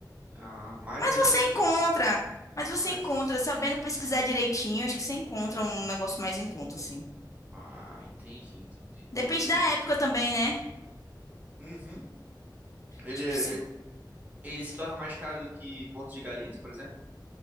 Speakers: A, on the right; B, on the left.
A: Ah, mais
B: Mas
A: ainda
B: você
A: do
B: encontra.
A: que isso.
B: Mas você
A: Mais
B: encontra,
A: sim.
B: sabendo pesquisar direitinho, acho que você encontra um negócio mais em conta, assim.
A: Ah, entendi, entendi.
B: Depende
A: Pois
B: da
A: é.
B: época também, né?
A: Uhum. Ele,
B: Tipo,
A: ele,
B: se...
A: ele se torna mais caro do que Porto de Galinhas, por exemplo?